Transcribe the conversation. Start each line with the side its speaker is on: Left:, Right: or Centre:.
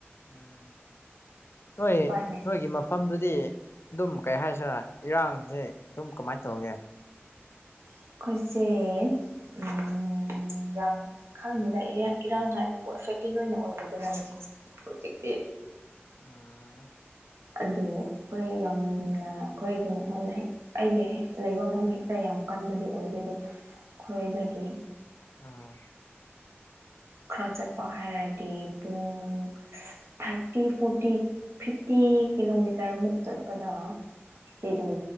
Left: ꯎꯝ ꯅꯣꯏ
Right: ꯎꯄꯥꯏ ꯂꯩꯇꯦ
Left: ꯅꯣꯏꯒꯤ ꯃꯥ ꯃꯐꯝꯗꯨꯗꯤ ꯑꯗꯨꯝ ꯀꯩ ꯍꯥꯏꯁꯤꯔ ꯏꯔꯥꯡꯁꯤ ꯑꯗꯨꯝ ꯀꯃꯥꯏꯅ ꯇꯧꯒꯦ
Right: ꯑꯩꯈꯣꯏꯁꯦ ꯎꯝ ꯌꯥꯝ ꯈꯪꯗꯦꯅ ꯏꯔꯥꯡ ꯍꯥꯏꯕꯕꯨ ꯑꯦꯐꯦꯛꯇꯠ ꯑꯣꯏꯅ ꯑꯣꯏꯔꯦꯗꯅ ꯍꯧꯖꯤꯛ ꯍꯧꯖꯤꯛꯇꯤ
Left: ꯑ
Right: ꯑꯗꯣ ꯑꯩꯈꯣꯏ ꯌꯥꯝꯅ ꯑꯩꯈꯣꯏꯒꯤ ꯃꯐꯝꯗ ꯍꯦꯛ ꯑꯩꯒꯤ ꯍꯦꯛ ꯂꯩꯕ ꯃꯐꯝ ꯍꯦꯛꯇ ꯌꯥꯝ ꯀꯟꯕꯗꯤ ꯑꯣꯏꯗꯦ ꯑꯗꯣ ꯈꯣꯏꯗꯗꯒꯤ
Left: ꯑꯥ
Right: ꯈꯔ ꯆꯠꯄ ꯍꯥꯏꯔꯗꯤ ꯄꯨꯡ ꯊꯥꯔꯇꯤ ꯐꯣꯔꯇꯤ ꯐꯤꯐꯇꯤ ꯀꯤꯂꯣꯃꯤꯇꯔꯃꯨꯛ ꯆꯠꯄꯗ ꯁꯤ ꯑꯗꯨꯝ